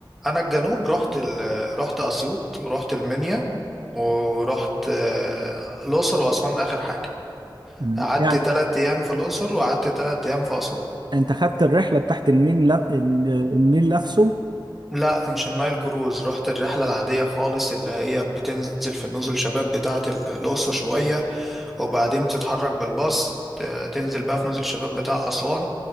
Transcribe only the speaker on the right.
مم.
يعني
انت خدت الرحلة بتاعت النيل لف... النيل نفسه